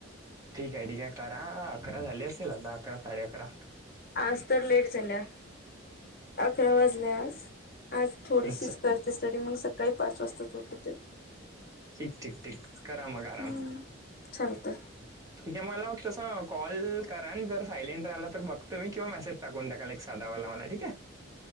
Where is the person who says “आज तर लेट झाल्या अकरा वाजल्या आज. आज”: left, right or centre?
Left